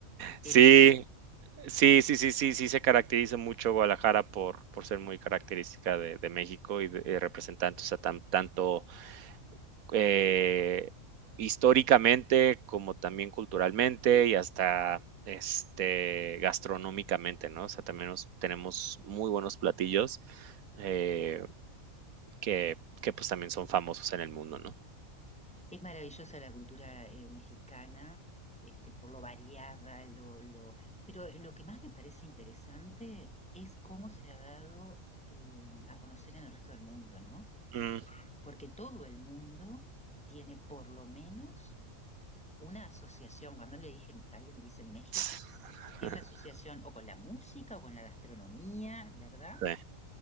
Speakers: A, in the centre; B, on the right (about 90°).
A: Qué
B: Sí,
A: lindo.
B: sí, sí, sí, sí, sí se caracteriza mucho Guadalajara por, por ser muy característica de, de México y de, y representante, o sea, tan- tanto eh, históricamente, como también culturalmente y hasta este, gastronómicamente, ¿no? O sea, también nos- tenemos muy buenos platillos eh, que, que pues también son famosos en el mundo, ¿no?
A: Es maravillosa la cultura eh, mexicana, este, por lo variada, lo, lo... pero lo que más me parece interesante es cómo se ha dado eh, a conocer en el resto del mundo, ¿no?
B: Mm,
A: Porque todo el mundo tiene por lo menos una asociación. Cuando le dije, alguien dice México,
B: ts- <laughs>
A: tiene una asociación o con la música o con la gastronomía, ¿verdad?
B: Sí,